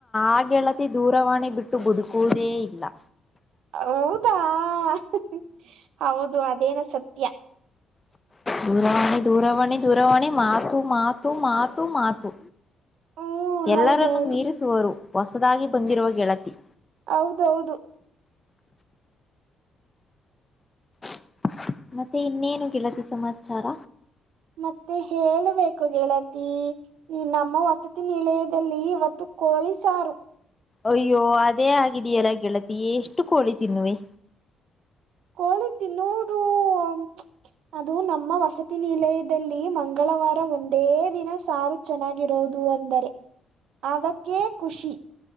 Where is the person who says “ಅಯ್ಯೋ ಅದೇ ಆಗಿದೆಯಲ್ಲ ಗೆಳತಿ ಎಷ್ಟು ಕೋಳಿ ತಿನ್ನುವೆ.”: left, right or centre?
Left